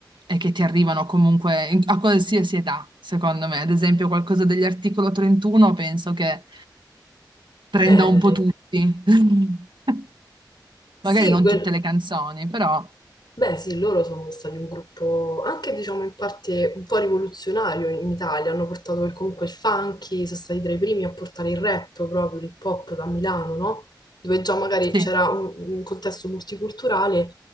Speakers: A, on the right; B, on the left.
A: e che ti arrivano comunque in- a qualsiasi età, secondo me. Ad esempio, qualcosa degli articolo 31 penso che prenda
B: Belli.
A: un po' tutti. <laughs>
B: Sì,
A: Magari non
B: quel-
A: tutte le canzoni, però
B: Beh, sì, loro sono stati un gruppo anche, diciamo, in parte un po' rivoluzionario in Italia. Hanno portato il- comunque il funky, sono stati tra i primi a portare il rap, proprio l'hip hop da Milano, no? Dove già magari
A: sì,
B: c'era un, un contesto multiculturale